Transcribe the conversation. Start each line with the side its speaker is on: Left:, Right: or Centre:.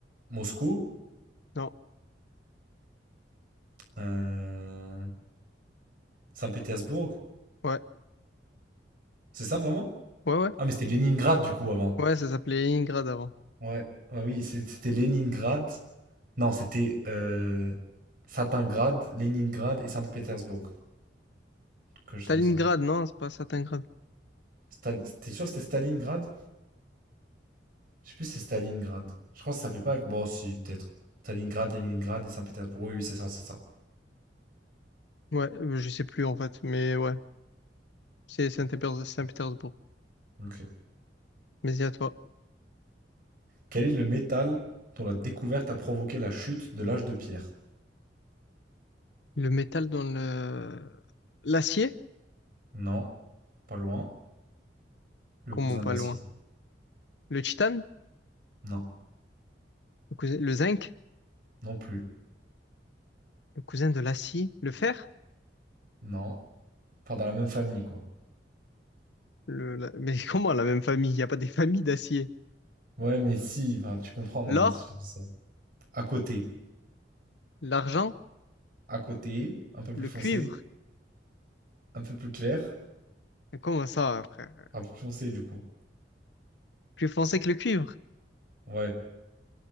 Right: Moscou,
Left: Non.
Right: euh, Saint-Pétersbourg,
Left: Ouais.
Right: c'est ça vraiment?
Left: Ouais, ouais.
Right: Ah mais c'était Leningrad du coup avant.
Left: Ouais, ça s'appelait Leningrad avant.
Right: Ouais, ouais, oui, c'est- c'était Leningrad. Non, c'était euh, Stalingrad, Leningrad et Saint-Pétersbourg. Quelque chose
Left: Stalingrad,
Right: comme ça.
Left: non, c'est pas Stalingrad.
Right: Stal- T'es sûr que c'était Stalingrad? Je sais plus si c'est Stalingrad. Je crois que ça s'appelait pas. Bon, si, peut-être. Stalingrad, Leningrad et Saint-Pétersbourg. Oui, oui, c'est ça, c'est ça.
Left: Ouais, euh, je sais plus en fait, mais ouais. C'est Saint-Pétersbourg. Saint-Pétersbourg.
Right: Ok.
Left: Mais dis à toi.
Right: Quel est le métal dont la découverte a provoqué la chute de l'âge de pierre
Left: Le métal dans le... L'acier?
Right: Non. Pas loin. Le
Left: Comment
Right: cousin
Left: pas
Right: de l'acier.
Left: loin? Le titane?
Right: Non.
Left: Le cousin- le zinc?
Right: Non plus.
Left: Le cousin de l'acier? Le fer?
Right: Non. Enfin, dans la même famille, quoi.
Left: Le, la- <laughs> Mais comment la même famille? Il n'y a pas des familles d'acier.
Right: Ouais, mais si, enfin, tu comprends, non,
Left: L'or,
Right: moi, si je te dis ça. À côté.
Left: l'argent,
Right: À côté, un peu plus
Left: le
Right: foncé,
Left: cuivre.
Right: un peu plus clair,
Left: Mais Comment ça, frère?
Right: un peu plus foncé, du coup.
Left: Plus foncé que le cuivre.
Right: Ouais,